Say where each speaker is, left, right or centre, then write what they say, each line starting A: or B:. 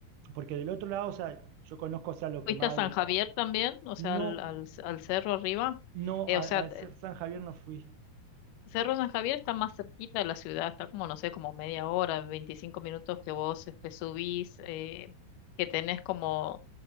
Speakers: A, on the right; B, on the left.
A: porque del otro lado, o sea, yo conozco, o sea, lo que
B: ¿Fuiste
A: más...
B: a San Javier también? O sea, al,
A: No,
B: al, c- al cerro arriba.
A: no,
B: Eh,
A: al,
B: o sea,
A: al
B: te-
A: ser San Javier no fui.
B: Cerro San Javier está más cerquita de la ciudad, está como, no sé, como media hora, 25 minutos que vos este, subís, eh, que tenés como